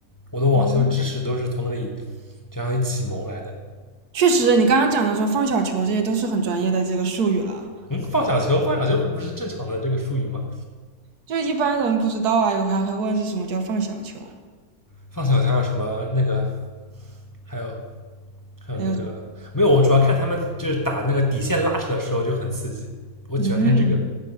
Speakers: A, on the left (about 20°); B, on the right (about 80°).
A: 我的网球知识都是从那里
B: 嗯，
A: 这样一启蒙来的。
B: 确实，你刚刚讲的说放小球，这些都是很专业的这个术语了，
A: 嗯，放小球，放小球不是正常的这个术语吗？
B: 就一般人不知道啊，有还会问是什么叫放小球，
A: 放小球还有什么那个，还有还有那个没有，
B: 还有什么？
A: 我主要看他们就是打那个底线拉扯的时候就很刺激，我喜欢看这个。
B: 嗯，